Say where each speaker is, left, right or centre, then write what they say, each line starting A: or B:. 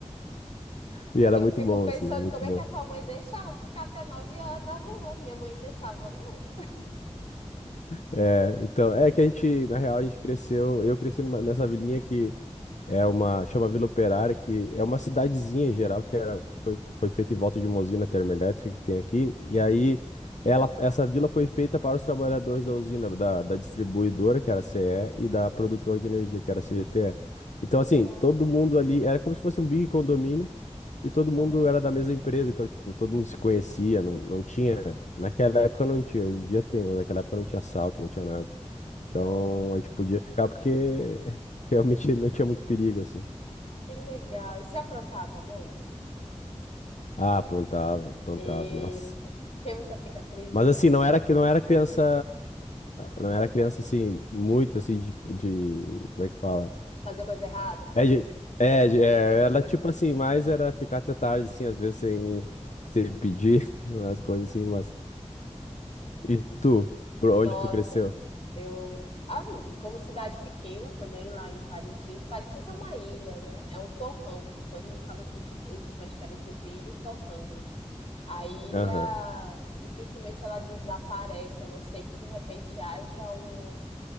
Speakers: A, on the left; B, on the left.
A: e era
B: Eu
A: muito
B: fico
A: bom,
B: pensando
A: assim, muito
B: como é
A: bom.
B: que a tua mãe deixava tu ficar até 9 horas da rua. Minha mãe não deixava, não.
A: É, então, é que a gente, na real, a gente cresceu. Eu cresci numa- nessa vilinha que É uma, chama Vila Operária, que é uma cidadezinha em geral, que era, foi, foi feita em volta de uma usina termoelétrica que tem aqui. E aí, ela, essa vila foi feita para os trabalhadores da usina, da, da distribuidora, que era a CE, e e da produtora de energia, que era a CGTE. Então, assim,
B: Legal.
A: todo mundo ali era como se fosse um big condomínio e todo
B: Aham.
A: mundo era da mesma empresa. Então, tipo, todo mundo se conhecia, não, não tinha. Naquela época não tinha, hoje em dia tem, mas naquela época não tinha assalto, não tinha nada. Então,
B: Nossa.
A: a gente podia ficar porque <laughs> realmente não tinha muito perigo, assim.
B: Que legal. E se aprontava muito?
A: Ah, aprontava, aprontava,
B: Eita,
A: nossa.
B: tem muita cicatriz?
A: Mas assim, não era que não era criança, não era criança assim muito assim de, de- como é que fala?
B: Fazer coisa errada?
A: É, de- é,
B: <laughs>
A: de- é, era tipo assim, mais era ficar até tarde assim, às vezes sem sem pedir <laughs> umas coisas assim, mas e tu? Por onde
B: Nossa,
A: tu cresceu?
B: eu. Ah, como cidade pequena também, lá em Parintins. Parintins é uma ilha, né? É um torrão. Todo mundo fala assim que existe uma diferença entre ilha e torrão. A ilha
A: Aham,
B: dificilmente ela desaparece, a não ser que de repente haja um.